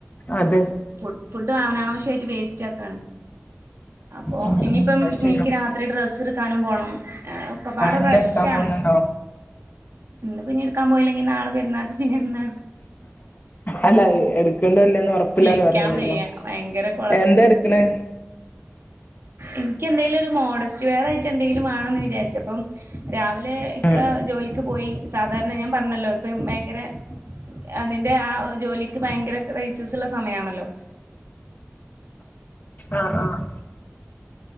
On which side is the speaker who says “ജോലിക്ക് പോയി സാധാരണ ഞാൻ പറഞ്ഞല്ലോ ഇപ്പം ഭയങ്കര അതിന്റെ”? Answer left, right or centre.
Right